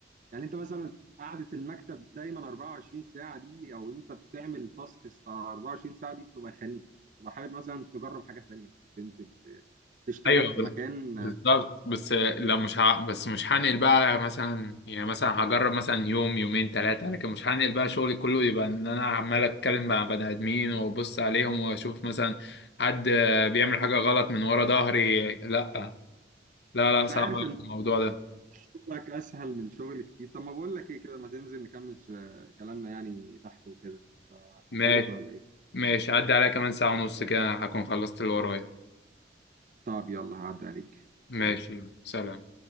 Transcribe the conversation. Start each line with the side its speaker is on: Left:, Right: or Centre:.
Right: يعني انت مثلا قعده المكتب دايما 24 ساعه دي او انت بتعمل تاسكس 24 ساعه دي بتبقى خنيقه بتبقى حابب مثلا تجرب حاجه تانية تنزل ت- تشتغل
Left: ايوه
Right: في
Left: بال-
Right: مكان
Left: بالظبط
Right: انا
Left: بس آه، لا مش ه... بس مش هنقل بقى مثلا يعني مثلا هجرب مثلا يوم يومين ثلاثه لكن مش هنقل بقى شغلي كله يبقى ان انا عمال اتكلم مع بني ادمين وابص عليهم واشوف مثلا حد آه، بيعمل حاجه غلط من ورا ظهري لا لا لا صعب
Right: عارف ان
Left: الموضوع ده
Right: شغلك اسهل من شغل كتير طب ما بقول لك ايه كده ما تنزل نكمل ش- كلامنا يعني تحت وكده
Left: ماشي
Right: حابب ولا ايه
Left: ماشي عدى عليا كمان ساعه ونص كده هكون خلصت اللي ورايا
Right: طب يلا هعدي عليك
Left: ماشي
Right: سلام
Left: سلام